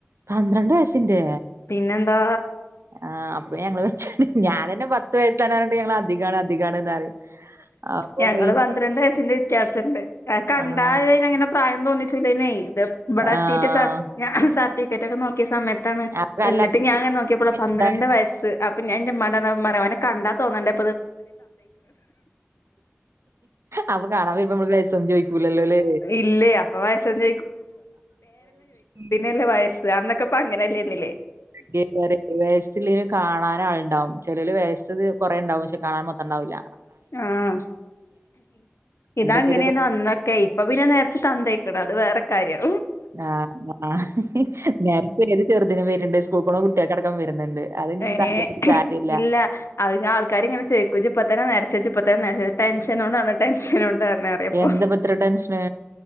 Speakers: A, on the right; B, on the left.
A: പന്ത്രണ്ട് വയസ്സിന്റെ
B: പിന്നെന്താ
A: ആ അപ്പ ഞങ്ങള് മെച്ചാണ് ഞാനന്നെ പ ത്ത് വയസാണ് പറഞ്ഞിട്ട് ഞങ്ങൾ അധികാണ് അധികാണ് എന്ന് പറയും. അപ്പൊ
B: ഞങ്ങള്
A: പിന്നെ
B: പന്ത്രണ്ട് വയസിന്റെ വ്യത്യാസം ഉണ്ട് ഞാ കണ്ടാ
A: ആഹ്
B: അങ്ങനെ പ്രായം തോന്നിച്ചില്ലനേ ഇത് ഇവിടെ
A: ആഹ്
B: എത്തിയിട്ട് സർ ഞാ സർട്ടിഫിക്കറ്റ് ഒക്കെ നോക്കിയ സമയ ത്താണ്
A: അപ്പൊ അല്ല
B: എന്നിട്ട് ഞാനിങ്ങനെ
A: കഴിച്ചിട്ടുണ്ടായിരുന്നു
B: നോക്കിയപ്പൊള പന്ത്രണ്ട് വയസ്സ് അപ്പൊ ഞാൻ എന്റെ ഉമ്മാനോട് പറഞ്ഞപ്പൊ പറയുവാ ഓനെ കണ്ടാ തോന്നണ്ടേ
A: അപ്പൊ കാണാതെ വരുമ്പൊ നമ്മള് ബേജാ ചോയ്ക്കൂലല്ലോ
B: ഇല്ലേ അപ്പൊ വയസ്സൊന്നും
A: <unintelligible>
B: എല്ല വയസ് അന്നൊക്കെ അപ്പൊ അങ്ങനെയല്ലേന്നില്ലേ.
A: <unintelligible> <unintelligible> കാണാൻ ആളുണ്ടാവും ചെലൊല് വയസത് കൊറേ ഉണ്ടാവും പക്ഷെ കാണാൻ മൊത്തം ഉണ്ടാവില്ല.
B: ആഹ് ഇതങ്ങനേനു
A: എന്റെയൊക്കെ ഒരിത്
B: അന്നക്കയ്. ഇപ്പൊ പിന്നെ നേരത്തേ തന്ത ആയേക്കണ് അത് വേറെ കാര്യം.
A: ആഹ് നെരപ്പ് ഏത് ചെറുതിനു വരനുണ്ട് സ്കൂളിൽ പോണ കു ട്ടികൾക്കടക്കം വരുന്നുണ്ട് അത് ഇനിയിപ്പോ
B: ഏഹ്
A: <unintelligible> കാര്യല്ല.
B: ഇല്ല അത് ഞാ ആൾക്കാരിങ്ങനെ ചോയ്ക്കും ഇജ്ജ് ഇപ്പത്തന്നെ നരച്ചോ ഇജ്ജ് ഇപ്പത്തന്നെ നരച്ചോ ടെൻഷനോണ്ടാണ് ടെൻഷന് കൊ ണ്ടാണ് പറയും ഇപ്പം
A: എന്താ ഇപ്പൊ ഇത്ര ടെൻഷന്